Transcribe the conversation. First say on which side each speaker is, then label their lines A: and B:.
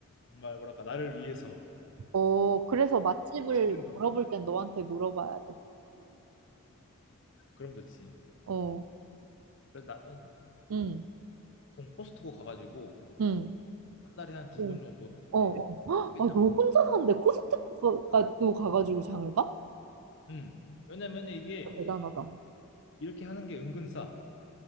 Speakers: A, on the left; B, on the right.
A: 정말 뭐랄까 나를 위해서
B: 어. 그래서 맛집을
A: 맛있는 걸
B: 물어볼
A: 먹어야
B: 땐
A: 된다.
B: 너한테 물어봐야 돼.
A: 그럼 좋지.
B: 어,
A: 그래서 나는
B: 응,
A: 좀 코스트코 가가지고
B: 응,
A: 한 달에 한 두
B: 어,
A: 번 정도
B: 어.
A: 이제
B: 어. 헉,
A: 크게
B: 아,
A: 장을
B: 너
A: 는거야
B: 혼자 사는데 코스트코도 가가지고 장을 봐?
A: 음. 왜냐면 이게
B: 아, 대단하다. 아,
A: 이렇게 하는 게 은근 싸.